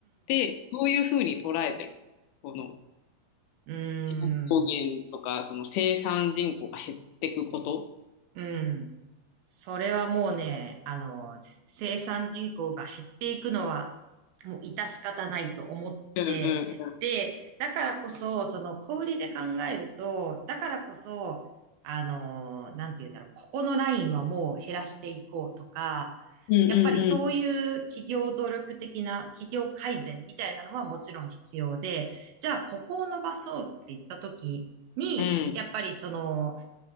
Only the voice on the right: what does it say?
うん、
うん。それはもうね、あの、生産人口が減っていくのは、もう致し方ないと思って、
で、だからこそ、その小売りで考えると、だからこそ、あの、なんて言うんだろう、ここのラインはもう減らしていこうとか、
やっぱりそういう企業努力的な企業改善みたいなのはもちろん必要で、じゃあここを伸ばそうって言った時に、
やっぱりその